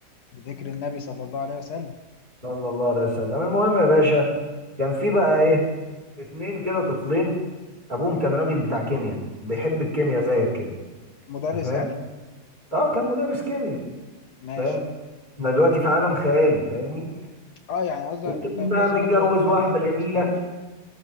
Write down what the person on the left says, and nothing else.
بذكر النبي صلى الله عليه وسلم
مدرس
يعني
ماشي
اه يعني قصدك
طيب
كويس
انك قلت لان
انا كنت
استغرب